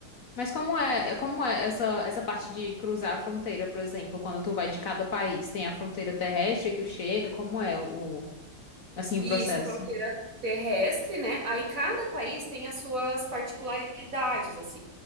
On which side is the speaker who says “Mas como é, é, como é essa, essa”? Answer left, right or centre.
Left